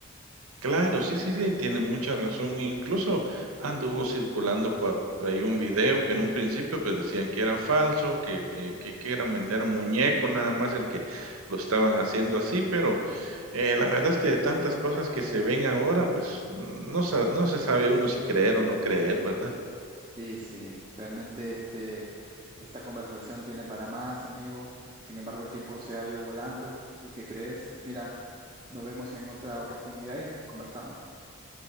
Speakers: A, on the right; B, on the right.
A: Claro, sí, sí, sí, tiene mucha razón. Incluso anduvo circulando por ahí un video que en un principio, pues, decían que era falso, que eh, que que era vender un muñeco, nada más el que lo estaban haciendo así, pero, eh, la verdad es que de tantas cosas que se ven ahora, pues, no sa no se sabe uno si creer o no creer, ¿verdad?
B: Sí, sí, realmente este, esta conversación tiene para más, amigo. Sin embargo, el tiempo se ha ido volando. ¿Y qué crees? Mira, nos vemos en otra oportunidad y conversamos.